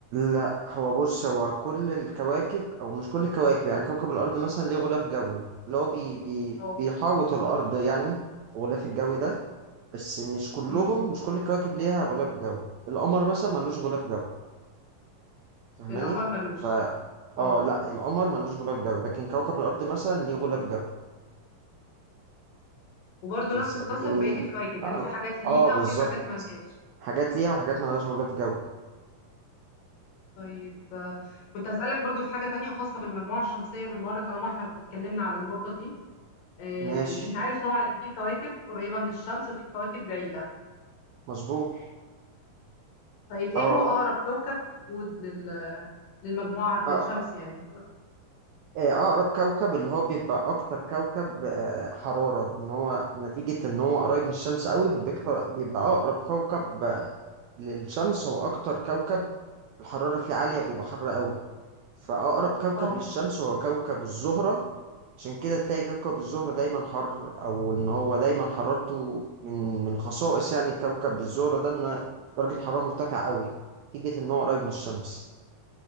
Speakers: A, on the right; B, on the left.
A: لا هو بص هو كل الكواكب او مش كل الكواكب يعني كوكب الارض مثلا ليه غلاف جوي اللي هو بي بي
B: اه
A: بيحاوط الارض يعني في غلاف الجوي ده بس مش كلهم
B: مم،
A: مش كل الكواكب ليها غلاف جوي القمر مثلا ملوش غلاف جوي فاهماني
B: القمر ملوش
A: ف اه
B: اه
A: لا القمر ملوش غلاف جوي لكن كوكب الارض مثلا ليه غلاف جوي
B: وبرضه
A: مش
B: نفس القصة
A: يعني
B: في بقية الكواكب
A: اه,
B: يعني في حاجات ليها
A: آه بالظبط
B: وفي حاجات ملهاش
A: حاجات ليها وحاجات ملهاش غلاف جوي
B: طيب آه، كنت هسألك برضه في حاجة تانية خاصة بالمجموعة الشمسية بالمرة طالما احنا اتكلمنا على النقطة دي آه،
A: ماشي
B: انت عارف طبعا ان في كواكب قريبة من الشمس وفي كواكب بعيدة
A: مظبوط
B: طيب ايه
A: اه
B: هو أقرب كوكب موجود لل... للمجموعة للشمس
A: آه.
B: يعني
A: آه، أقرب كوكب اللي هو بيبقى أكتر كوكب آه، حرارة إن هو نتيجة إن هو قريب من الشمس قوي فبيكتر بيبقى أقرب كوكب آه، للشمس هو أكتر كوكب الحرارة فيه عالية بيبقى حر قوي فأقرب كوكب
B: اه
A: للشمس هو كوكب الزهرة عشان كده تلاقي كوكب الزهرة دايما حر أو إن هو دايما حرارته من من خصائص يعني كوكب الزهرة ده إن درجة حرارة مرتفعة قوي نتيجة إن هو قريب من الشمس